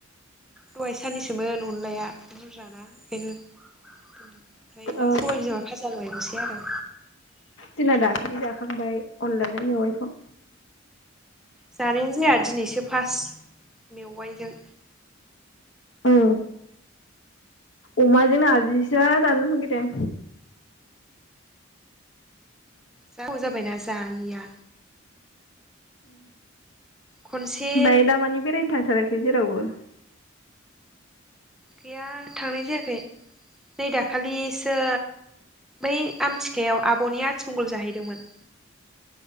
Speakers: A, in the centre; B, on the left.
A: दहाइ सानैसोमोन अनलाया बुरजा ना। बेनो ओमफ्राय
B: औ
A: दा सबाइ बिजोङा भाजाल' एवनोसै। आरो
B: जोंना दाखालि जाखांबाय अनलाजों मेवाइखौ।
A: जानायानो जाया दिनैसो फास मेवाइजों
B: औ अमाजों नारजिसो जानो लुगैदों।
A: जागौ जाबायना जायैया। खनसे
B: ओमफाय दामानि बेरायनो थांथाराखै? जेरावबो
A: गैया थांनाय जायाखै नै दाखालिसो बै आमथिखायाव आब'नि आथिमंगल जाहैदोंमोन।